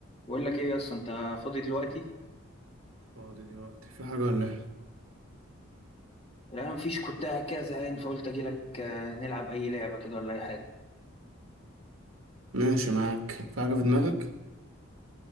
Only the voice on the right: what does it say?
فاضي دلوقتي في حاجة ولا إيه؟
ماشي معاك في حاجة في دماغك؟